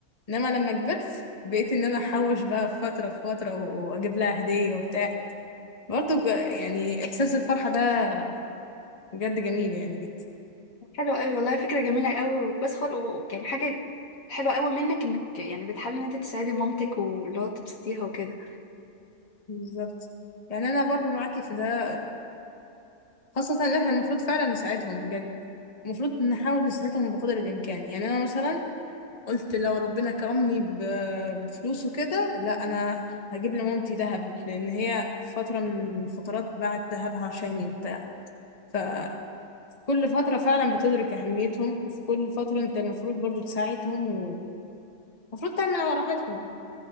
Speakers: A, on the left; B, on the left.
A: انما لما كبرت بقيت ان انا احوش بقى في فترة في فترة و- واجيب لها هدية وبتاع برضه ب- يعني احساس الفرحة ده بجد جميل يعني جدا
B: حلو قوي والله فكرة جميلة قوي وكويس خالص و- يعني حاجة حلوة قوي منك انك يعني بتحاولي ان انت تساعدي مامتك واللي هو تبسطيها وكده
A: بالظبط يعني انا برضو معاكي في ده خاصة ان احنا المفروض فعلا نساعدهم بجد المفروض نحاول نساعدهم بقدر الامكان يعني انا مثلا قلت لو ربنا كرمني ب- بفلوس وكده لا انا هجيب لمامتي دهب لان هي فتره من الفترات باعت دهبها عشاني وبتاع ففي كل فتره فعلا بتدرك اهميتهم وفي كل فتره انت المفروض برضو تساعدهم ومفروض تعمل على راحتهم